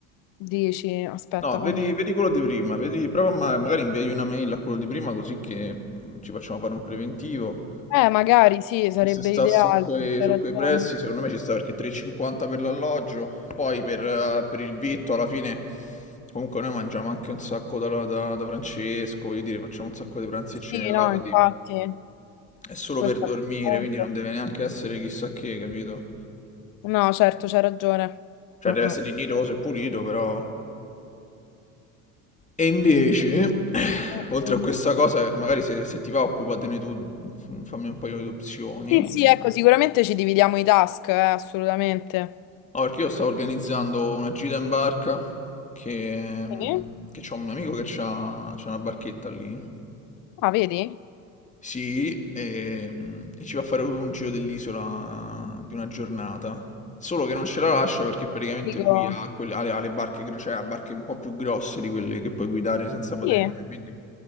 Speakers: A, on the left; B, on the left.
A: Dici, aspetta,
B: No, vedi,
A: fammi vedere.
B: vedi quello di prima, vedi, prova ma- magari inviai una mail a quello di prima così che mm, ci facciamo fare un preventivo
A: Eh, magari sì, sarebbe
B: Se sta
A: ideale,
B: su quei,
A: c'è
B: su
A: ragione.
B: quei prezzi, secondo me ci sta perché 3,50 per l'alloggio, poi per, eh, per il vitto alla fine comunque noi mangiamo anche un sacco da, da- da Francesco, voglio dire, facciamo un sacco di pranzi e cene
A: Sì,
B: là,
A: no,
B: quindi
A: infatti,
B: è solo
A: questo
B: per dormire,
A: è il punto.
B: quindi non deve neanche essere chissà che, capito?
A: No, certo, c'è ragione.
B: Cioè
A: Mm,
B: deve essere
A: mm.
B: dignitoso e pulito, però... E invece, <clears throat>
A: Mm,
B: oltre
A: mm.
B: a questa cosa, magari se, se ti va occupatene tu, fammi un paio di opzioni.
A: Sì, sì, ecco, sicuramente ci dividiamo i task, eh, assolutamente.
B: No, perché io stavo organizzando una gira in barca che,
A: Sì?
B: che c'ho un mio amico che c'ha, c'ha una barchetta lì.
A: Ah, vedi?
B: Sì, e, e ci va a fare proprio un giro dell'isola di una giornata. Solo che non ce la lascia perché praticamente
A: Dico,
B: lui ha, quelle- ha le, ha le barche, gro- cioè ha barche un po' più grosse di quelle che puoi guidare senza patente,
A: sì,
B: quindi